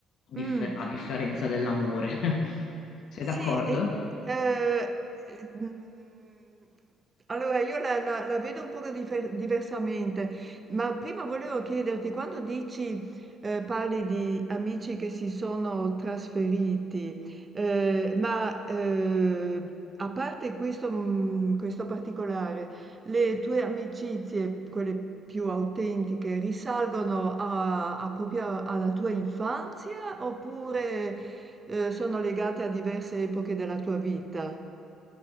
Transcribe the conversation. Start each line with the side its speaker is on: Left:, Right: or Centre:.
Left: differ-
Right: Mm.
Left: a differenza dell'amore. <laughs> Sei
Right: Sì,
Left: d'accordo?
Right: e, eh, eh, mm, allora io la, la- la vedo un po' difer- diversamente, ma prima volevo chiederti, quando dici, eh, parli di amici che si sono trasferiti, eh, ma eh, a parte questo, mm, questo particolare, le tue amicizie, quelle più autentiche, risalgono a a proprio alla tua infanzia oppure, ehm, sono legate a diverse epoche della tua vita?